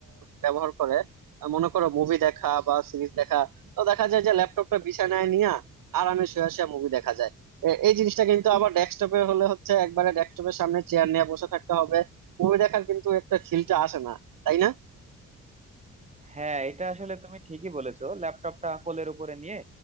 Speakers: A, on the right; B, on the right.
A: ব্যবহার করে আহ, মনে করো মুভি দেখা বা সিরিজ দেখা তো দেখা যায় যে ল্যাপটপটা বিছানায় নিয়ে আরামে শুয়ে শুয়ে মুভি দেখা যায় এ- এই জিনিসটা কিন্তু আবার ডেস্কটপে হলে হচ্ছে একবারে ডেস্কটপের সামনে চেয়ার নিয়ে বসে থাকতে হবে মুভি দেখার কিন্তু একটা ফিলটা আসে না তাই না
B: হ্যাঁ এটা আসলে তুমি ঠিকই বলেছো ল্যাপটপটা কোলের উপরে নিয়ে